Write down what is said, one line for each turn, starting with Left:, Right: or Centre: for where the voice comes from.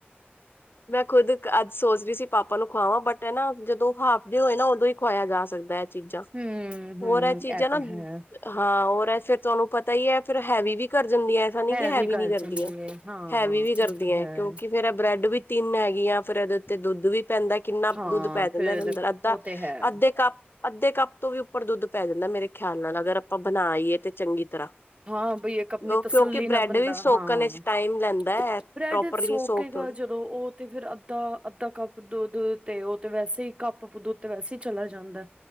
Left: ਮੈਂ ਖੁਦ ਅੱਜ ਸੋਚ ਰੀ ਸੀ, ਪਾਪਾ ਨੂੰ ਖੁਵਾਵਾਂ ਬਟ ਐਨਾ, ਜਦੋਂ ਹਾਫ ਡੇ ਹੋਏ ਨਾ ਉਦੋਂ ਹੀ ਖੁਆਇਆ ਜਾ ਸਕਦਾ ਐ। ਚੀਜ਼ਾਂ,
Right: ਹੂੰ-ਹੂੰ
Left: ਹੋਰ ਐ ਚੀਜ਼ਾਂ
Right: ਇਹ
Left: ਨਾ
Right: ਤੇ ਹੈ,
Left: ਹਾਂ, ਹੋਰ ਐ ਫਿਰ ਤੁਹਾਨੂੰ ਪਤਾ ਈ ਐ, ਫੇਰ ਹੈਵੀ ਵੀ ਕਰ ਜਾਂਦੀਆਂ, ਐਸਾ ਨੀ
Right: ਹੈ
Left: ਕਿ ਹੈਵੀ
Right: ਵੀ ਗੱਲ
Left: ਨੀ ਕਰਦੀਆਂ,
Right: ਚੰਗੀ ਏ ਹਾਂ।
Left: ਹੈਵੀ ਵੀ ਕਰਦੀਆਂ
Right: ਇਹ ਤੇ ਹੈ।
Left: ਕਿਉਂਕਿ ਫੇਰ ਐ ਬ੍ਰੈਡ ਵੀ ਹੈਗੀਆਂ ਫੇਰ ਇਦੇ ਉੱਤੇ ਦੁੱਧ ਵੀ ਪੈਂਦਾ, ਕਿੰਨਾ
Right: ਹਾਂ
Left: ਦੁੱਧ ਪੈ ਜਾਂਦਾ
Right: ਫੇਰ
Left: ਇਦੇ ਅੰਦਰ ਅੱਧਾ,
Right: ਉਹ ਤੇ ਹੈ।
Left: ਅੱਧੇ ਕੱਪ ਅੱਧੇ ਕੱਪ ਤੋਂ ਵੀ ਉੱਪਰ ਦੁੱਧ ਪੈ ਜਾਂਦਾ, ਮੇਰੇ ਖਯਾਲ ਨਾਲ ਅਗਰ ਆਪਾਂ ਬਣਾਈਏ ਤੇ ਚੰਗੀ ਤਰ੍ਹਾਂ।
Right: ਹਾਂ, ਬਈ ਇੱਕ ਆਪਣੀ
Left: ਉਹ
Right: ਤਸੱਲੀ
Left: ਕਿਉਂਕਿ ਬ੍ਰੈਡ
Right: ਨਾਲ, ਬੰਦਾ
Left: ਵੀ ਸੋਕਣ
Right: ਹਾਂ,
Left: ਵਿੱਚ ਟਾਈਮ ਲੈਂਦਾ
Right: ਬ੍ਰੈਡ
Left: ਹੈ ਪ੍ਰੋਪਰਲੀ
Right: ਸੋਕੇਗਾ
Left: ਸੋਕ ਥੋੜੀ
Right: ਜ ਉਹ ਤੇ ਫੇਰ ਅੱਧਾ-ਅੱਧਾ ਕੱਪ ਦੁੱਧ ਤੇ ਉਹ ਤੇ ਵੈਸੇ ਹੀ ਕੱਪ ਦੁੱਧ ਤੇ ਵੈਸੇ ਹੀ ਚਲਾ ਜਾਂਦਾ।